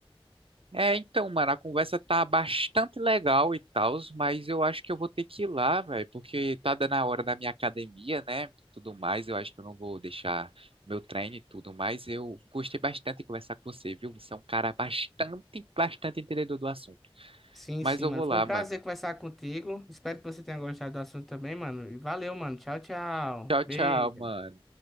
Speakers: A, on the right (about 70°); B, in the centre.
A: É, então, mano, a conversa tá bastante legal e tal, mas eu acho que eu vou ter que ir lá, velho, porque tá dando a hora da minha academia, né? Tudo mais, eu acho que eu não vou deixar meu treino e tudo mais. Eu gostei bastante de conversar com você, viu? Você é um cara bastante, bastante entendedor do assunto.
B: Sim,
A: Mas
B: sim,
A: eu
B: mano.
A: vou
B: Foi
A: lá,
B: um prazer
A: mano.
B: conversar contigo. Espero que você tenha gostado do assunto também, mano. E valeu, mano. Tchau, tchau.
A: Tchau, tchau,
B: Beijo.
A: mano.